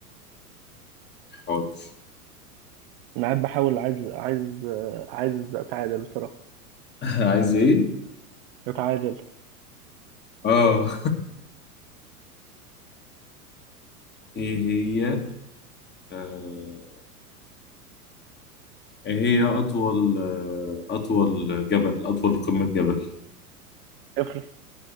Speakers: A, on the left; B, on the right.
A: حاضر
B: أنا قاعد بحاول عايز عايز آه، عايز أتعادل بصراحة
A: <laughs> عايز ايه؟
B: أتعادل
A: اه <laughs> ايه هي آه، ايه هي أطول آه، أطول جبل أطول قمة جبل
B: افرس